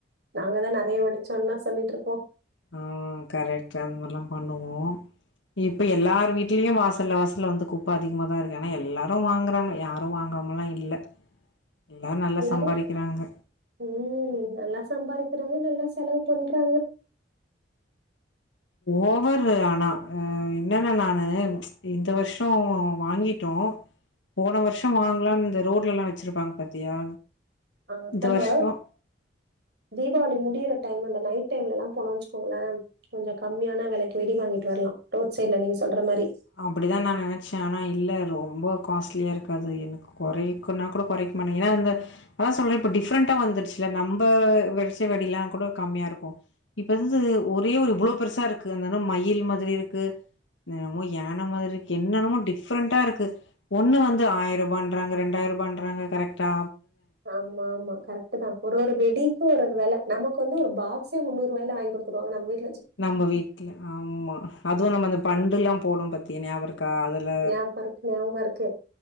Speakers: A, on the right (about 60°); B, on the left (about 80°).
A: நாங்க தான் நிறைய விடிச்சோம்ல்லாம் சொல்லிட்டு இருக் போ
B: ஆங் கரெக்ட் அந்த மாதிரி ல்லாம் பண்ணுவோம் இப்ப எல்லார் வீட்லயும் வாசல்ல வாசல்ல வந்து குப்பை அதிகமா தான் இருக்கு ஆனா எல்லாரும் வாங்றாங்க யாரும் வாங்காமல்லா இல்ல எல்லாரு நல்லா
A: எல்லாரும்
B: சம்பாரிக்கிறாங்க
A: உம் நல்லா சம்பாதிக்கிறாங்க நல்லா செலவு பண்றாங்க
B: ஓவர்ரு ஆனா என்னன்னா நானு இந்த வருஷம் வாங்கிட்டோம் போன வருஷம் வாங்கலாம்னு இந்த ரோட்ல எல்லாம் வச்சிருப்பாங்க பாத்தியா
A: ஆஹ்
B: இந்த
A: நம்ம
B: வருஷோ
A: தீபாவளி முடியற டைம் அந்த நைட் டைம்ல எல்லாம் போனோ வச்சுக்கோங்களன் கொஞ்சம் கம்மியான வெலைக்கு வெடி வாங்கிட்டு வரலாம் ரோட் சைடல நீங்க சொல்ற மாதிரி
B: அப்படித்தான் நான் நினைச்சேன் ஆனா இல்ல ரொம்ப காஸ்ட்லியா இருக்காது எனக்கு குறைக்குன்ன கூட குறைக்க மாட்டேங்க ஏன்னா அந்த அதான் சொல்றேன் இப்ப டிரெண்டா வந்துருச்சு நம்ம வெடிச்ச வெடிலாம் கூட கம்மியா இருக்கும் இப்ப வந்து ஒரே ஒரு இவ்ளோ பெருசா இருக்கு அது மயில் மாதிரி இருக்கு என்ன யான மாதிரிக்கு என்னன்னமோ டிஃப்ரெண்டா இருக்கு ஒண்ணு வந்து ஆயிரூபாண்றாங்க ரெண்டாயி ரூபாண்றாங்க கரெக்டா
A: ஆமா ஆமா கரெக்ட் தான் ஒரு ஒரு வெடி ஒரு ஒரு வெல நமக்கு வந்து ஒரு பாக்ஸே முன்னூறு வாயில வாங்கி கொடுத்துருவங்க நம்ம வீட்டு
B: நம்ம வீட்டுல ஆம்மா அதுவும் நம்ம அந்த பண்டுயாயுல்லாம் போடும் பத்தினா ஞாவருக் காதுல
A: ஞாபகோ இருக்கு ஞாபகோ இருக்கு